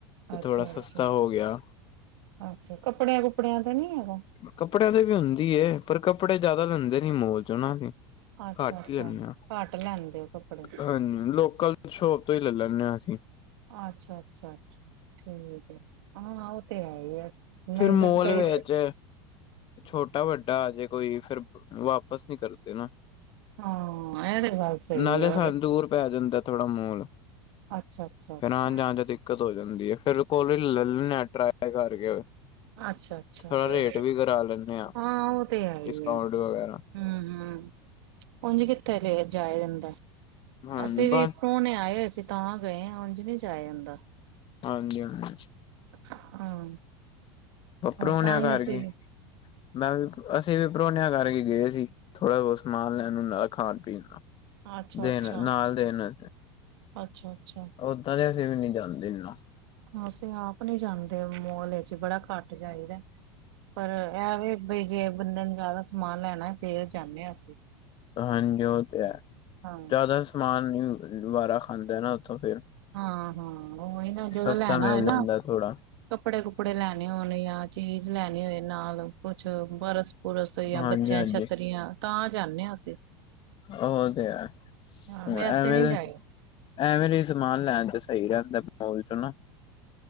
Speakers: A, on the left; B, on the right.
A: ਤੇ ਥੋੜਾ
B: ਅੱਛਾ,
A: ਸਸਤਾ
B: ਅੱਛਾ,
A: ਹੋ ਗਿਆ।
B: ਅੱਛਾ, ਕੱਪੜਿਆਂ ਕੁਪੜਿਆਂ ਤੇ ਨੀ ਹੈਗਾ।
A: ਕੱਪੜਿਆਂ ਤੇ ਵੀ ਹੁੰਦੀਏ, ਪਰ ਕੱਪੜੇ ਜਿਆਦਾ ਲੈਂਦੇ ਨੀ, ਮਾਲ ਚ ਹਨਾ।
B: ਅੱਛਾ,
A: ਘੱਟ
B: ਅੱਛਾ
A: ਹੀ ਲੈਂਦੇ ਹਾਂ,
B: ਘੱਟ ਲੈਂਦੇ ਹੋ ਕੱਪੜੇ
A: ਹਾਂਜੀ, ਲੋਕਲ ਸ਼ੋਪ ਤੋਂ ਹੀ ਲੈ ਲੈਂਦੇ ਹਾਂ, ਅਸੀਂ
B: ਅੱਛਾ, ਅੱਛਾ-ਅੱਛਾ ਠੀਕ ਹੈ, ਹਾਂ ਉਹ ਤੇ ਹੈ ਹੀ ਆ। ਮੈਂ
A: ਫੇਰ
B: ਕਦ
A: ਮਾਲ
B: ਕਈ
A: ਵਿੱਚ ਛੋਟਾ ਵੱਡਾ ਆ ਜੇ ਕੋਈ, ਫੇਰ ਵਾਪਿਸ ਨਹੀਂ ਕਰਦੇ ਨਾ।
B: ਹਾਂ ਇਹ ਤੇ ਗੱਲ ਸਹੀ
A: ਨਾਲੇ
B: ਹੈ
A: ਸਾਨੂੰ ਦੂਰ ਪੈ ਜਾਂਦਾ। ਥੋੜਾ ਮਾਲ,
B: ਅੱਛਾ, ਅੱਛਾ, ਅੱਛਾ।
A: ਫੇਰ ਆਉਣ ਜਾਣ ਚ ਦਿੱਕਤ ਹੋ ਜਾਂਦੀ ਹੈ ਫੇਰ ਕੋਲ ਲੈਨੇ ਟਰਾਏ ਕਰਕੇ
B: ਅੱਛਾ, ਅੱਛਾ
A: ਥੋੜਾ
B: -ਅੱਛਾ
A: ਰੇਟ ਵੀ ਕਰਾ ਲੈਂਦੇ
B: ਹਾਂ, ਉਹ ਤੇ ਹੈ ਹੀ
A: ਡਿਸਕਾਊਂਟ
B: ਆ। ਹ,
A: ਵਗੈਰਾ
B: ਹ ਉਝ ਕਿੱਥੇ ਲ ਜਾਇਆ ਜਾਂਦਾ?
A: ਹਾਂਜੀ
B: ਅਸੀਂ ਵੀ
A: ਬਸ
B: ਪ੍ਰੋਣੇ ਆਏ ਹੋਏ ਸੀ, ਤਾਂ ਗਏ ਹਾਂ, ਉੰਝ ਨਹੀਂ ਜਾ ਆਏ ਜਾਂਦਾ।
A: ਹਾਂਜੀ, ਹਾਂਜੀ।
B: ਹਾਂ।
A: ਵ ਪਰੂਣਿਆ
B: ਤਾਂ ਹੀ
A: ਕਰ
B: ਅਸੀਂ
A: ਕੀ, ਮੈਂ <inaudible> ਅਸੀਂ ਵੀ ਪਰੁਣਿਆਂ ਕਰਕੇ ਗਏ, ਸੀ ਥੋੜਾ ਬਹੁਤ ਸਮਾਨ ਲੈਣ ਨਾਲ ਖਾਣ ਪੀਣ ਦਾ
B: ਅੱਛਾ
A: ਦੇਣ,
B: ਅੱਛਾ
A: ਨਾਲ ਦੇਣ।
B: ਅੱਛਾ, ਅੱਛਾ।
A: ਅਹੁਦਾ ਤੇ ਅਸੀਂ ਵੀ ਨਹੀਂ ਜਾਂਦੇ ਇਨੂੰ।
B: ਅਸੀ ਆਪ ਨਹੀਂ ਜਾਂਦੇ, ਮਾਲ ਚ ਬੜਾ ਘੱਟ ਜਾਹੀਦਾ। ਪਰ ਇਹ ਵੀ ਬ, ਜੇ ਬੰਦੇ ਨੂੰ ਜ਼ਿਆਦਾ ਸਮਾਨ ਲੈਣਾ, ਫੇਰ ਜਾਂਦੇ ਹਾਂ, ਅਸੀਂ।
A: ਹਾਂਜੀ, ਉਹ ਤੇ ਹੈ,
B: ਹਾਂ
A: ਜ਼ਿਆਦਾ ਸਮਾਨ ਨਈ ਵਾਰਾ ਖਾਂਦਾ ਨਾ ਉੱਥੋਂ ਫਿਰ।
B: ਹਾਂ, ਹਾਂ, ਓਹੀ ਨਾ ਜਦੋਂ
A: ਸਸਤਾ
B: ਲੈਣਾ
A: ਮਿਲ
B: ਹੋਏ ਨਾ।
A: ਜਾਂਦਾ ਥੋੜਾ
B: ਕੱਪੜੇ, ਕੁਪੜੇ, ਲੈਣੇ ਹੋਣ ਜਾਂ ਚੀਜ਼ ਲੈਣੀ ਹੋਏ ਨਾਲ ਕੁਛ, ਬਰਸ ਪੁਰਸ ਜਾਂ
A: ਹਾਂਜੀ
B: ਬੱਚਿਆਂ
A: ਹਾਂਜੀ
B: ਛੱਤਰੀਆਂ, ਤਾਂ ਜਾਂਦੇ ਹ ਅਸੀਂ।
A: ਉਹ ਤੇ ਹੈ,
B: ਹਾਂ
A: ਮੈਂ
B: ਵੈਸੇ
A: ਐਵੇਂ
B: ਨਹੀਂ ਜਾਏ
A: ਐਵੇਂਲੇ ਸਮਾਨ ਲੈਣ ਤੇ, ਸਹੀ ਰਹਿੰਦਾ ਮਾਲ ਚ ਨਾ।